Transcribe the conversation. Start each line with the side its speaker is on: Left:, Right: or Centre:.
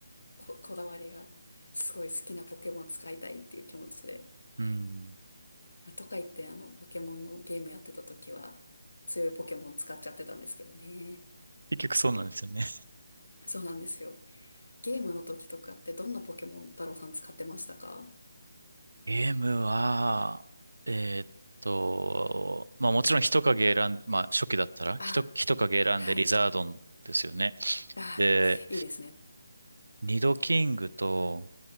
Left: こ、こだわりがすごい好きなポケモン使いたいっていう気持ちで。
Right: うん。
Left: とか言ってあの、ポケモンのゲームやってた時は強いポケモン使っちゃってたんですけどね。
Right: 結局そうなんですよね。
Left: そうなんですよ。ゲームの時とかってどんなポケモン太郎さん使ってましたか
Right: ゲームは、えーっと、まあもちろん人影選ん、まあ初期だったら、
Left: あ、
Right: 人、人影選んでリザードンですよね。
Left: はい。あ、
Right: で、
Left: いいですね。
Right: ニドキングと